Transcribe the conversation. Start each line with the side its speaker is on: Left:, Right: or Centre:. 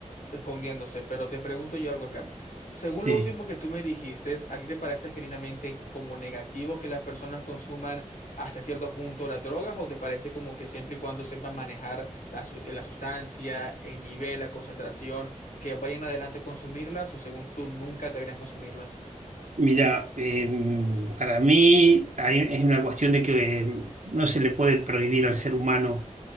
Left: escondiéndose, pero te pregunto yo algo acá. Según
Right: Sí.
Left: lo último que tú me dijiste, ¿a ti te parece genuinamente como negativo que las personas consuman hasta cierto punto las drogas o te parece como que siempre y cuando sepan manejar la, su- la sustancia, el nivel, la concentración, que vayan adelante a consumirlas o según tú nunca deberían consumirlas?
Right: Mira, em, para mí hay- es una cuestión de que em, no se le puede prohibir al ser humano